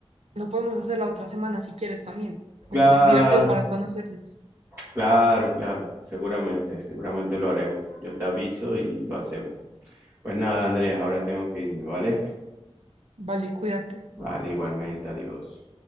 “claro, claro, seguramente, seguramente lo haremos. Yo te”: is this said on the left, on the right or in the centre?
Right